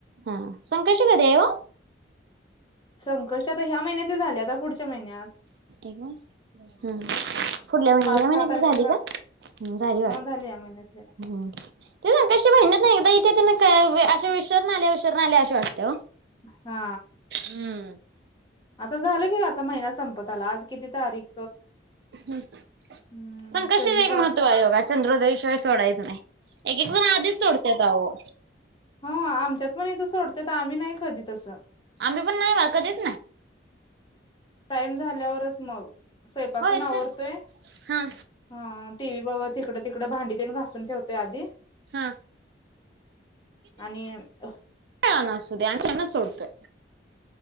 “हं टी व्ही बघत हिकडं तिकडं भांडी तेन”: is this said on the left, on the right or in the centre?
Left